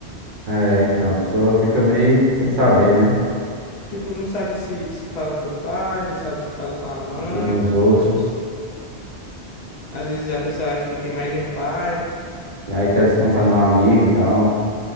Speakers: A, on the right; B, on the left.
A: É, então, a pessoa fica meio sem saber, né?
B: Tipo, não sabe se se fala com o pai, não sabe se fala com a mãe.
A: Como os outros.
B: Às vezes a pessoa acha que tem mais de um pai.
A: E aí quer descontar no amigo e tal.